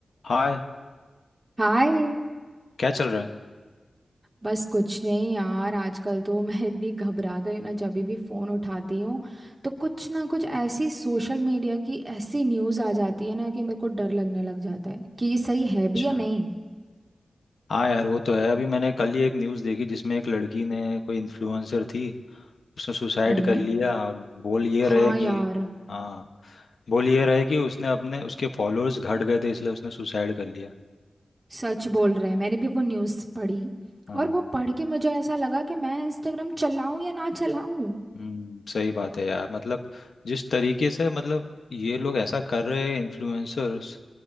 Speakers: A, on the left; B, on the right.
A: हाय
B: हाय
A: क्या चल रहा है
B: बस कुछ नहीं यार आजकल तो मैं इतनी घबरा गई हूँ ना जब भी फ़ोन उठाती हूँ तो कुछ ना कुछ ऐसी सोशल मीडिया की ऐसी न्यूज़ आ जाती है ना कि मेरे को डर लगने लग जाता है कि ये सही है
A: अच्छा
B: भी या नहीं
A: हाँ यार वो तो है अभी मैंने कल ही एक न्यूज़ देखी जिसमें एक लड़की ने कोई इन्फ्लुएंसर थी उसने सुसाइड
B: हम्म
A: कर लिया और बोल ये रहा
B: हाँ
A: है कि
B: यार
A: हाँ बोल ये रहा है कि उसने अपने उसके फॉलोअर्स घट गए थे इसलिए उसने सुसाइड कर लिया
B: सच बोल रहा है मैंने भी वो न्यूज़ पढ़ी
A: हाँ
B: और वो पढ़ के मुझे ऐसा लगा कि मैं इंस्टाग्राम चलाऊँ या ना चलाऊँ
A: हम्म सही बात है यार मतलब जिस तरीके से मतलब ये लोग ऐसा कर रहे हैं इन्फ्लुएंसर्स